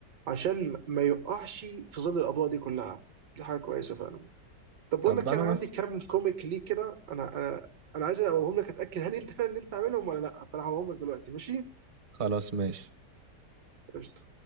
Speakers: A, on the right; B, on the right.
A: عشان ما يقعش في ظل الاضواء دي كلها دي حاجه كويسه فعلا طب بقول
B: طب
A: لك كان
B: انا
A: عندي
B: مثلا
A: كام كوميك ليه كده انا انا انا عايز اقولهم لك اتاكد هل انت فعلا اللي انت عاملهم ولا لا فانا هقولهم لك دلوقتي ماشي
B: خلاص ماشي
A: قشطه